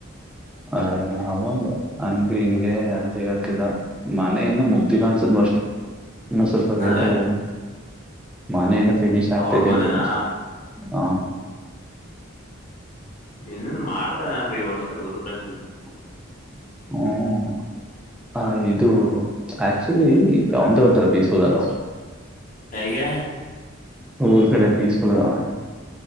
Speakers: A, in the centre; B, on the left.
A: ಅಯ್ಯೋ ಅದೆಂಗೆ ಹಂಗ ಹಿಂಗೆ ಅಂತ ಹೇಳ್ತಿದ್ದ ಮನೆ ಏನು ಮುಗ್ದಿಲ್ಲ ಅನ್ಸತ್ ಮೋಸ್ಟ್ಲಿ. ಇನ್ನ ಸ್ವಲ್ಪ ಲೇಟ್
B: ಅಂದ್ರೆ
A: ಇದೆ ನಾನು ಇನ್ನ ಫಿನಿಷ್ ಆಗ್ತಿದೆ
B: ಅವ್ರ ಮನೆನಾ
A: ಅನ್ಸುತ್ ಮೋಸ್ಟ್ಲಿ ಹಾ
B: ಇನ್ನೇನ್ ಮಾಡ್ತಾನೆ ಅಬಿ ಈ ವರ್ಷದಲ್ ಗುರು ಪ್ರವೇಷನ್
A: ಹ್ಮ ಹ ಇದು ಆಕ್ಚುಲಿ ಅವ್ನ್ದೆ ಒಂಥರ ಪೀಸ್ಫುಲ್ ಅಲ.
B: ಹ ಈಗೇನು.
A: ಊರ್ ಕಡೆ ಪೀಸ್ಫುಲ್ ಅಲ